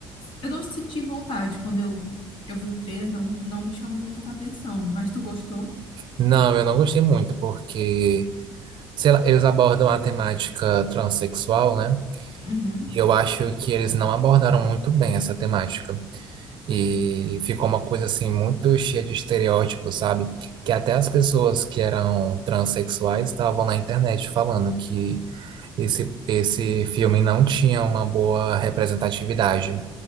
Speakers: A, on the left; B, on the right.
A: Eu não senti vontade quando eu, eu vi o trailer, não, não me chamou muita atenção. Mas tu gostou?
B: Não, eu não gostei muito, porque, sei lá, eles abordam a temática transexual, né?
A: Uhum,
B: E eu acho que eles não abordaram muito bem essa temática. E ficou uma coisa assim muito cheia de estereótipos, sabe? Que até as pessoas que eram transexuais estavam na internet falando que esse, esse filme não tinha uma boa representatividade.